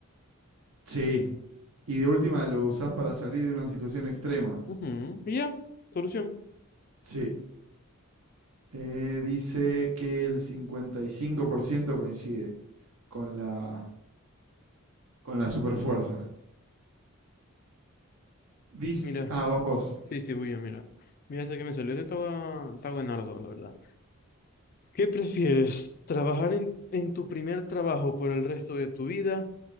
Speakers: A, on the right (about 80°); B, on the left (about 40°).
A: Sí. Y de última lo usás para salir de una situación extrema.
B: Ujú, Y ya, solución.
A: Sí. Eh, dice que el 55% coincide con la, con la superfuerza. Dice...
B: Mira,
A: Ah, vas vos.
B: sí, sí, voy yo, mira. Mira, este que me salió, este estaba, está buenardo, la verdad. ¿Qué prefieres? ¿Trabajar en, en tu primer trabajo por el resto de tu vida